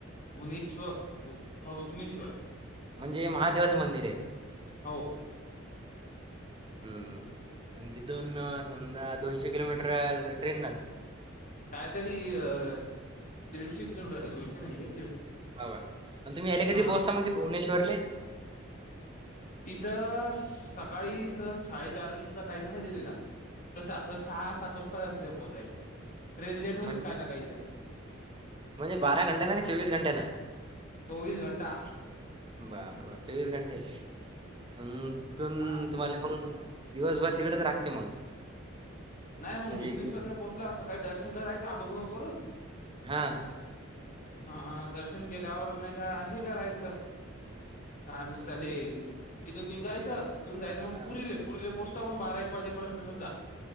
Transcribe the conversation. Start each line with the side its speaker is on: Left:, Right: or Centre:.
Left: भुवनेश्वर हो भुवनेश्वर.
Right: म्हणजे महादेवाचं मंदिर आहे.
Left: हो
Right: हम्म आणि ती दोन समजा दोनशे किलोमीटर ट्रेन नच?
Left: काय तरी अ दीडशे किलोमीटर आहे. दोनशे नाही आहेे. दीडशे
Right: अवा आणि तुम्ही याले कधी
Left: हा
Right: पोहचता मग ते भुवनेश्वरले?
Left: तिथं सकाळी सज साडेचारचा टाइम आहे दिलेला. तस अस सहा, सात वाजता पोहताईल ट्रेन लेट होतेस
Right: म्हण
Left: काय ना काही
Right: म्हणजे बारा घंटेना का चोवीस घंटेन?
Left: चोवीस घंटा.
Right: बापरे बाप! चोवीस घंटे? हम्म तिथून
Left: हा
Right: तुम्हाले दिवसभर तिकडेच राखते मग?
Left: नाही मग
Right: म्हणजे
Left: भुवनेश्वरला
Right: एक दिवस
Left: पोहोचलो आज, सकाळी दर्शन करायचं आंघोळ बिंगोळ करून
Right: हां,
Left: हा दर्शन केल्यावर नाही काय आहे करायचं? काय तले. तिथून निघायचं तिथून जायचं मग
Right: हां,
Left: पुरीले. पुरीले पोचता आपण बारा एक वाजेपर्यंत समजा